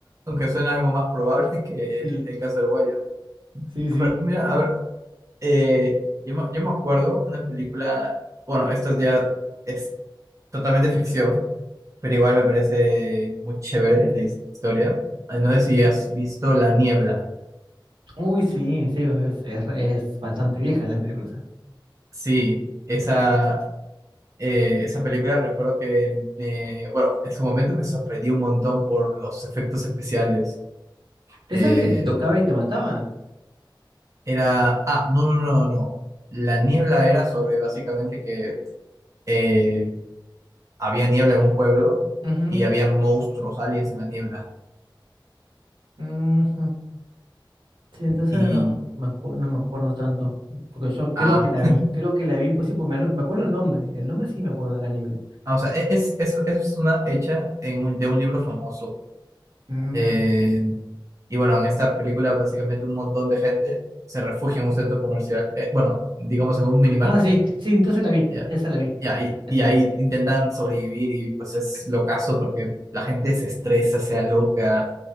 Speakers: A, on the right; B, on the right.
A: aunque suena algo más probable <laughs> que
B: Sí,
A: el, el caso del Wire.
B: sí,
A: Ah,
B: sí.
A: Pero mira, a ver, eh, yo, me- yo me acuerdo una película. Bueno, esto ya es totalmente ficción pero igual me parece muy chévere la his- historia. Ah, No sé si has visto La Niebla.
B: Uy, sí, sí, es, es re- es bastante vieja la película. esa.
A: Sí, esa,
B: Sí, sí.
A: eh, esa película recuerdo que, me- bueno, en su momento me sorprendió un montón por los efectos especiales.
B: ¿Esa
A: Eh,
B: era la que te tocaba y te mataba?
A: era, ah, no, no, no, no. La Niebla era sobre básicamente que eh, había niebla en un pueblo
B: Ujú,
A: y había monstruos, aliens en la niebla.
B: ujú. Sí, entonces
A: Y,
B: no me acu- no me acuerdo tanto, porque yo creo
A: ah,
B: que la vi, creo que la vi, pues sí, pues me, anu- me acuerdo el nombre, el nombre sí me acuerdo de la niebla.
A: ah, o sea, e- es, es, es una hecha en un, de un libro famoso.
B: Ujú.
A: Eh, Y bueno, en esta película básicamente un montón de gente se refugia en un centro comercial, eh, bueno, digamos en un minimarket,
B: Ah, sí, sí, entonces la vi,
A: ya,
B: esa la vi,
A: ya, y, ahí,
B: esa
A: y ahí
B: la vi,
A: intentan sobrevivir y pues es locazo porque la gente se estresa, se aloca,